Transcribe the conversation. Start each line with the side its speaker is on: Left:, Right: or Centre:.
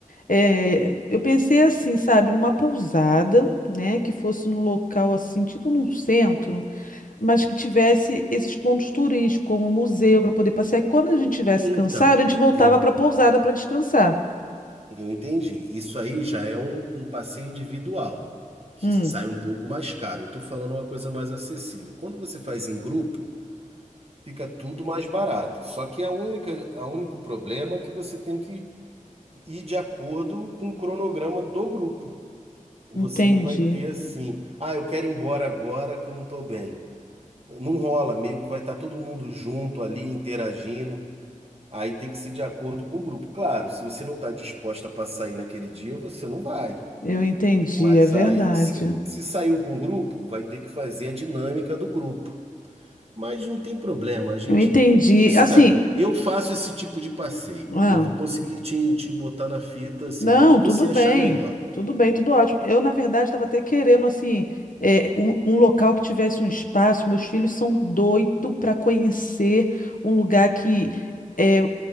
Left: É, eu pensei assim, sabe, numa pousada, né, que fosse num local assim, tipo num centro, mas que tivesse esses pontos turísticos, como museu, para poder passear. E quando a gente tivesse
Right: Então,
Left: cansado, a gente voltava
Right: eu,
Left: para a pousada para descansar.
Right: eu entendi. Isso aí já é um, um passeio individual, que
Left: Hum,
Right: sai um pouco mais caro. Eu tô falando uma coisa mais acessível. Quando você faz em grupo, fica tudo mais barato. Só que a única, a único problema é que você tem que ir de acordo com o cronograma do grupo. Você
Left: entendi.
Right: não vai ter assim, ah, eu quero ir embora agora que eu não tô bem. Não rola, meio que vai estar todo mundo junto ali, interagindo. Aí tem que ser de acordo com o grupo. Claro, se você não está disposta para sair naquele dia, você não vai.
Left: Eu entendi,
Right: Mas
Left: é verdade.
Right: aí, se, se saiu com o grupo, vai ter que fazer a dinâmica do grupo. Mas não tem problema, a gente.
Left: Eu entendi.
Right: Isso,
Left: Assim,
Right: cara, eu faço esse tipo de passeio.
Left: ah.
Right: Eu vou conseguir te, te botar na fita, assim,
Left: Não,
Right: do que você
Left: tudo bem,
Right: achar melhor.
Left: tudo bem, tudo ótimo. Eu, na verdade, estava até querendo, assim, é, um, um local que tivesse um espaço. Meus filhos são doidos para conhecer um lugar que é,